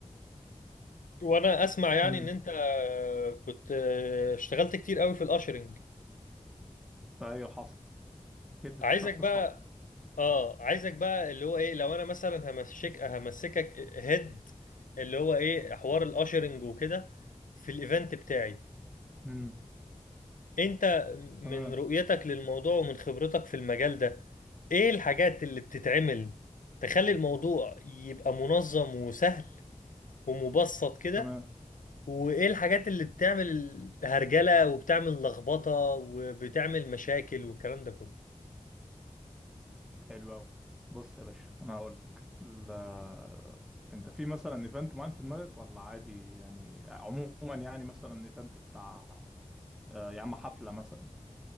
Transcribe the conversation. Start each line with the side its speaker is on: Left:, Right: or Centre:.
Left: وانا اسمع يعني
Centre: امم
Left: ان انت آه، كنت آه، اشتغلت كتير قوي في الاشرنج
Centre: ايوه حصل جيت للشخص
Left: عايزك بقى
Centre: الصح
Left: اه عايزك بقى اللي هو ايه لو انا مثلا همسك همسكك هيد اللي هو ايه حوار الاشرنج وكده في الايفنت بتاعي
Centre: امم
Left: انت من
Centre: تمام
Left: رؤيتك للموضوع ومن خبرتك في المجال ده ايه الحاجات اللي بتتعمل تخلي الموضوع يبقى منظم وسهل ومبسط كده
Centre: تمام
Left: وايه الحاجات اللي بتعمل هرجلة وبتعمل لخبطة وبتعمل مشاكل والكلام ده كله
Centre: حلو قوي بص يا باشا انا هقول لك لا... انت في مثلا ايفنت معين في دماغك ولا عادي يعني عموما يعني مثلا ايفنت بتاع آه يا عم حفله مثلا